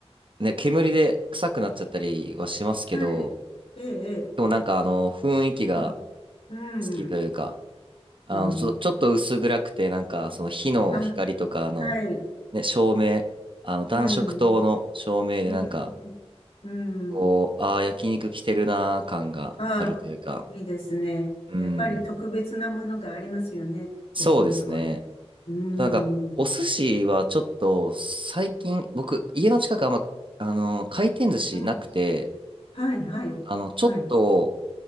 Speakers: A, on the right (about 50°); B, on the left (about 75°).
A: ね、煙で臭くなっちゃったりはしますけど、
B: はい。ええ、ええ、
A: でもなんか、あの、雰囲気が
B: うん、うん、
A: 好きというか、あの、
B: うん。
A: ちょ、ちょっと薄暗くて、なんか、その火の光とか、
B: あ、
A: あの、
B: はい。
A: ね、照明、あの、暖色灯の照明で、
B: うん、うん、
A: なんか、
B: うん。
A: こう、ああ、焼肉来てるなー感があるというか、
B: ああ、いいですね。
A: うん、
B: やっぱり特別なものがありますよね。
A: そうですね。
B: 焼肉はね。うん、
A: なんか、
B: うん、
A: お寿司はちょっと、最近、僕、家の近くあんま、あの、回転寿司なくて、
B: うん。はい、はい、
A: あの、ちょっと、
B: はい、